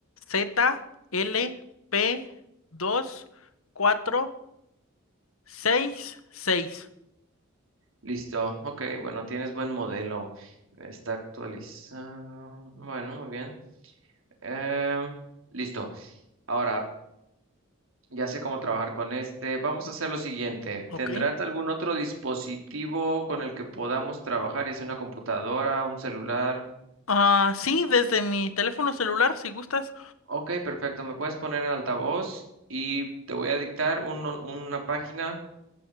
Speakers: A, on the left; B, on the right.
A: Z L P dos cuatro seis seis.
B: Listo. Ok, bueno, tienes buen modelo. Está actualizado. Bueno, muy bien. Em, listo. Ahora, Ya sé cómo trabajar con este. Vamos a hacer lo siguiente.
A: Ok.
B: ¿Tendrás algún otro dispositivo con el que podamos trabajar, ya sea una computadora, un celular?
A: Ah, sí, desde mi teléfono celular, si gustas.
B: Ok, perfecto. Me puedes poner en altavoz y te voy a dictar un- una página.